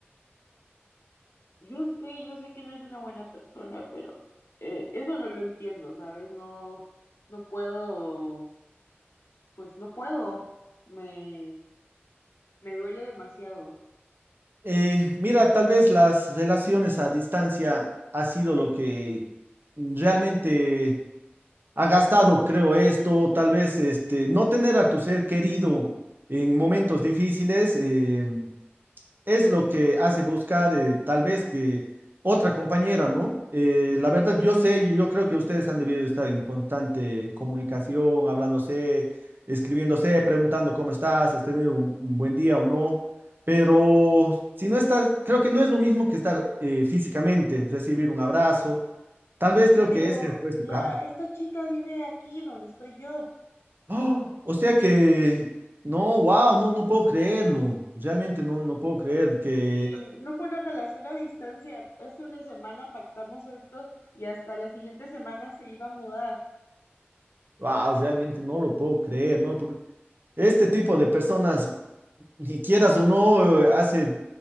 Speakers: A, on the left (about 80°); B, on the right (about 55°).
A: Yo sé, yo sé que no es una buena persona, pero eh, eso no lo entiendo, ¿sabes? No, no puedo, pues no puedo. Me, Me duele demasiado.
B: Eh, mira, tal vez las relaciones a distancia ha sido lo que realmente ha gastado, creo esto, tal vez este, no tener a tu ser querido en momentos difíciles. eh, es lo que hace buscar eh, tal vez que otra compañera, ¿no? Eh, la verdad, yo sé, y yo creo que ustedes han debido estar en constante comunicación, hablándose, escribiéndose, preguntando cómo estás, has tenido un, un buen día o no, pero si no estás, creo que no es lo mismo que estar eh, físicamente, recibir un abrazo, tal vez creo
A: Pero
B: que ese fue su
A: la,
B: cambio.
A: esta chica vive aquí donde estoy yo.
B: ¡Oh! O sea que, no, wow, no, no puedo creerlo, realmente no, no puedo creer que...
A: Y no fue una relación a distancia. Hace una semana pactamos esto y hasta la siguiente semana se iba a mudar.
B: Wow, realmente no lo puedo creer, no lo puedo creer. Este tipo de personas y quieras o no, eh, hace,